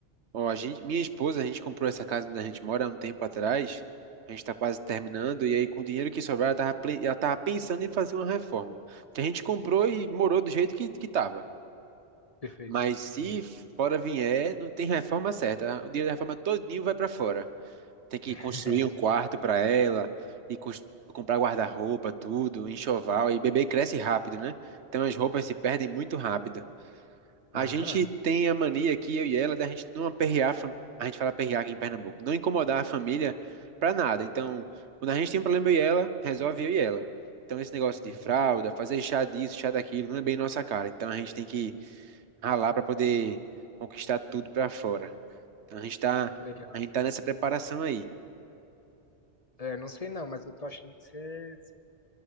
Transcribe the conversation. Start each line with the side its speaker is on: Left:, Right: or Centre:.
Right: ó, a gente, minha esposa, a gente comprou essa casa onde a gente mora há um tempo atrás. A gente tá quase terminando e aí com o dinheiro que sobrar, ela tava, ple- ela tava pensando em fazer uma reforma. Que a gente comprou e morou do jeito que, que tava.
Left: Perfeito.
Right: Mas se
Left: Uhum.
Right: fora vier, não tem reforma certa. O dinheiro da reforma todinho vai para fora. Tem que
Left: <laughs>
Right: construir um quarto para ela e cons- comprar guarda-roupa, tudo, enxoval. E bebê cresce rápido, né? Então as roupas se perdem muito rápido. A
Left: Aham.
Right: gente tem a mania aqui, eu e ela, da gente não aperrear, a fam- a gente fala aperrear aqui em Pernambuco, não incomodar a família para nada. Então, quando a gente tem um problema eu e ela, resolve eu e ela. Então, esse negócio de
Left: Uhum.
Right: fralda, fazer chá disso, chá daquilo, não é bem nossa cara. Então, a gente tem que ralar para poder conquistar tudo para fora. Então, a gente tá,
Left: Que legal.
Right: a gente tá nessa preparação aí.
Left: É, não sei não, mas eu tô achando que você,